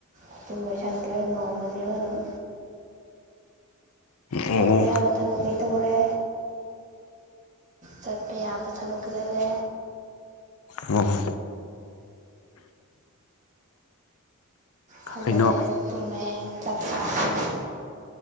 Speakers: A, on the right; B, on the left.
A: ꯑꯗꯨꯝ ꯂꯣꯏꯁꯤꯟꯈ꯭ꯔꯦ ꯅꯣꯡꯃꯁ ꯑꯗꯨꯝ
B: ꯑꯣ
A: ꯇꯧꯕ ꯌꯥꯕ ꯊꯕꯛ ꯀꯩ ꯇꯧꯔꯦ ꯆꯠꯄ ꯌꯥꯕ ꯊꯕꯛ ꯀꯗꯂꯦ
B: ꯑꯣ
A: ꯍꯜꯂꯛꯦ
B: ꯀꯩꯅꯣ
A: ꯇꯃꯦꯃꯦ ꯆꯆꯥꯆꯥꯦ